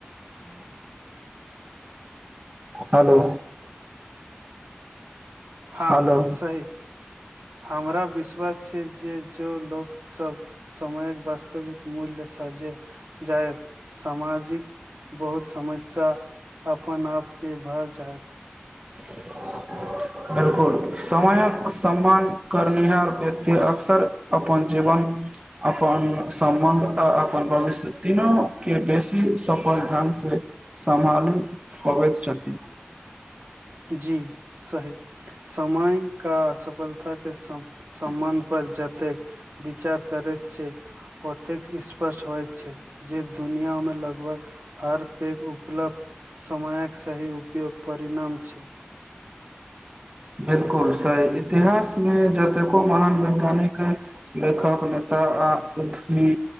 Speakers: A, on the right (about 65°); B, on the right (about 30°).
A: हूँ
B: हेलो
A: हँ
B: हेलो
A: सही हमरा विश्वास छै जे जो लोकसभ समयक वास्तविक मूल्य साजे जयत सामाजिक बहुत समस्या अपन आप के भय जायत
B: <unintelligible> बिल्कुल समयक सम्मान करनिहार व्यक्ति अक्सर अपन जीवन अपन सम्बन्ध आ अपन भविष्य तीनोकेॅं बेसी सफल ढंगसे संभालि पबैत छथि।
A: जी सही, समय का सफल- <unintelligible> सम्बन्ध पर जतेक विचार करै छै ओतेक स्पष्ट होइत छै जे दुनियामे लगभग हर पैघ उपलब्ध समयक सही उपयोग परिणाम छै
B: बिल्कुल सही इतिहास मे जतेको महान वैज्ञानिक लेखक नेतय आ उद्यमी